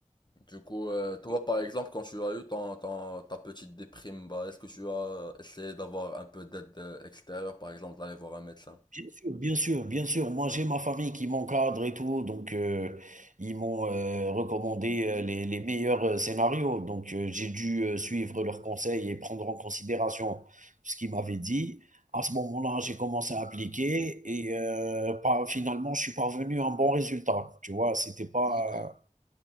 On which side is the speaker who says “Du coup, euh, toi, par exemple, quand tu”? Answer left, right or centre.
Left